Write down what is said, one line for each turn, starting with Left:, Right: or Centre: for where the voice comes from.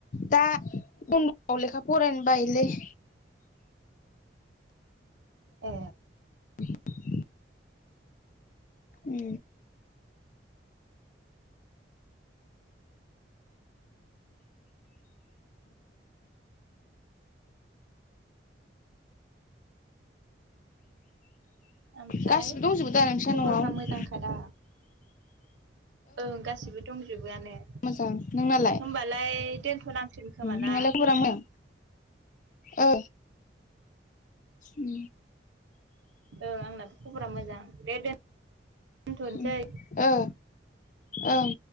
Left: दान्दआव लेखा फरायनो बायोलै <unintelligible>
Right: ए
Left: द उ
Right: ओमफ्राय
Left: गासिबो
Right: खबरफ्रा
Left: दंजोबो दा नोंस्रा न'आव
Right: मोजांखाादा ओं गाससिबो दंजोबोआनो
Left: मोजां नोंनालाय
Right: होमबालाय दोनथ'नांसिगोन खोमा ना
Left: नोंनालाय खबरा मोजां औ उ
Right: ओं आंनाबो खबरा मोजां दे दोनथ'नोसै
Left: उम ओ ओं